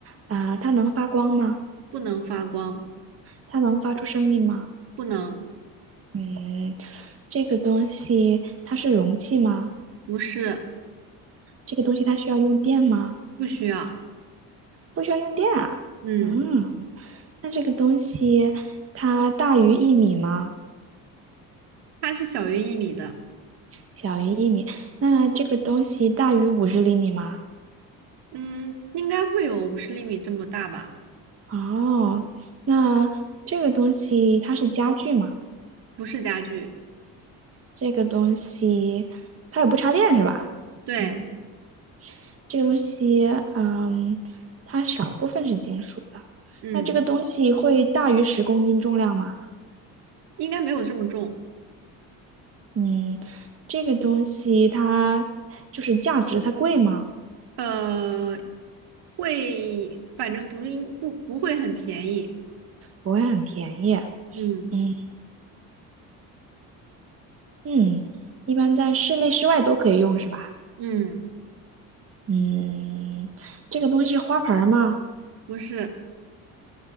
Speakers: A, on the right; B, on the right.
A: 啊、呃它能发光吗？
B: 不能发光，
A: 它能发出声音吗？
B: 不能，
A: 嗯，这个东西它是容器吗？
B: 不是，
A: 这个东西它需要用电吗？
B: 不需要，
A: 不需要用电啊。
B: 嗯，
A: 嗯，那这个东西它大于一米吗？
B: 它是小于一米的，
A: 小于一米。那这个东西大于五十厘米吗？
B: 嗯，应该会有五十厘米这么大吧，
A: 哦，那这个东西它是家具吗？
B: 不是家具。
A: 这个东西它也不插电是吧？
B: 对，
A: 嗯，这个东西，嗯，它少部分是金属的。
B: 嗯，
A: 那这个东西会大于十公斤重量吗？
B: 应该没有这么重，
A: 嗯，这个东西它就是价值，它贵吗？
B: 呃，会，反正不应不不会很便宜，
A: 不会很便宜。
B: 嗯
A: 嗯，嗯，一般在室内、室外都可以用，是吧？
B: 嗯，
A: 嗯，这个东西是花盆儿吗？
B: 不是，